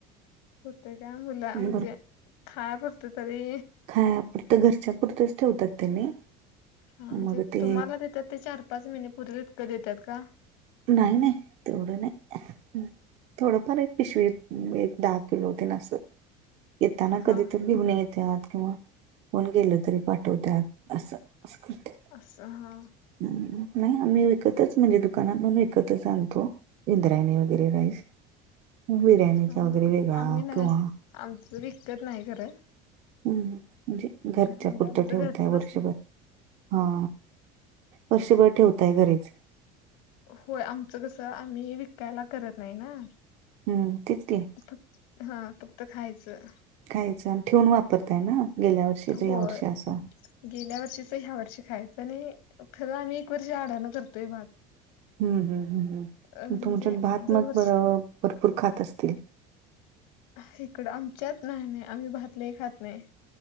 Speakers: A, on the left; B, on the right.
A: होते का मला म्हणजे
B: भर
A: खाया पुरतं तरी.
B: खायापुरतं, घरच्या पुुरतंच ठेवतात त्यांनी.
A: हा. म्हणजे
B: मग ते
A: तुम्हाला देतात ते चार पाच महिने पुरेल इतकं देतात का?
B: नाही नाही तेवढं नाही. <inaudible> थोडं फार एक पिशवी एक दहा किलो होते नासं येताना
A: हा
B: कधी तर घेऊन येत त्यात किंवा कोण गेलं तरी पाठवत्यात असं अस करत्यात.
A: असं हा.
B: नाही आम्ही विकतच म्हणजे दु दुकानातून विकतच आणतो इंद्रायणी वगैरे राईस. बिर्याणीचा
A: हा
B: वगैरे वेगळा
A: आम्ही नाही
B: किंवा.
A: आमचं विकत नाही खरं
B: हम्म म्हणजे घरच्या
A: म्हणजे
B: पुरतं
A: आमचं
B: ठेवताय
A: घरचंच
B: वर्षभर
A: असलं
B: हा. वर्षभर ठेवताय घरीच.
A: होय आमचं कसं आम्ही विकायला करत नाही ना.
B: हम्म तेच की.
A: फ हा फक्त खायचं.
B: खायचं आणि ठेवून वापरताय ना गेल्या वर्षीच या
A: होय
B: वर्षी असं.
A: गेल्या वर्षीच ह्या वर्षी खायचं आणि खरं आम्ही एक वर्षी अडाण करतोय भात.
B: हम्म हम्म हम्म हम्म.
A: अ म्हणजे
B: तुमच्यात भात
A: दरवर्षी
B: मग बर भरपूर खात असतील.
A: हिकडं आमच्यात नाही नाही आम्ही भातलई खात नाही.